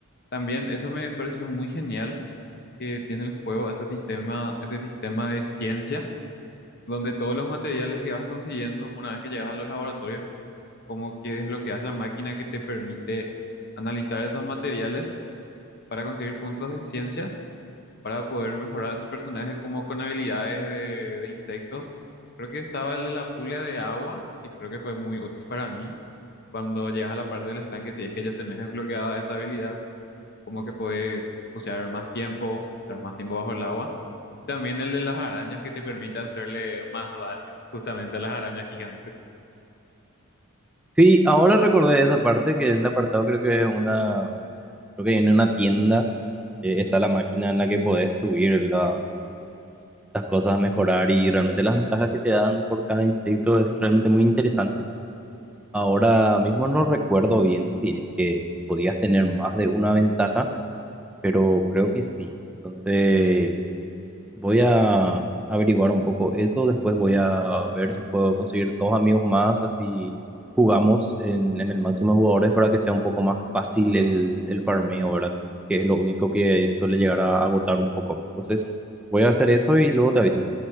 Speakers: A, on the left; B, in the centre.
A: También eso me pareció muy genial que tiene el juego ese sistema, ese sistema de ciencia, donde todos los materiales que vas consiguiendo, una vez que llegas a los laboratorios, como que desbloqueas la máquina que te permite analizar esos materiales para conseguir puntos de ciencia, para poder mejorar a tu personaje como con habilidades de, de insectos. Creo que estaba el de la pulga de agua, y creo que fue muy útil para mí. Cuando llegas a la parte del estanque, si es que ya tenés desbloqueada esa habilidad, como que puedes bucear más tiempo, estar más tiempo bajo el agua. También el de las arañas que te permite hacerle más daño justamente a las arañas gigantes.
B: Sí, ahora recordé esa parte que es el apartado, creo que es una, creo que en una tienda eh, está la máquina en la que podés subir la- las cosas a mejorar y realmente las ventajas que te dan por cada insecto es realmente muy interesante. Ahora mismo no recuerdo bien si es que podías tener más de una ventaja pero creo que sí. Entonces, voy a averiguar un poco eso. Después voy a ver si puedo conseguir dos amigos más, así jugamos en, en el máximo de jugadores para que sea un poco más fácil el, el farmeo, ¿verdad? Que es lo único que suele llegar a agotar un poco. Entonces, voy a hacer eso y luego te aviso.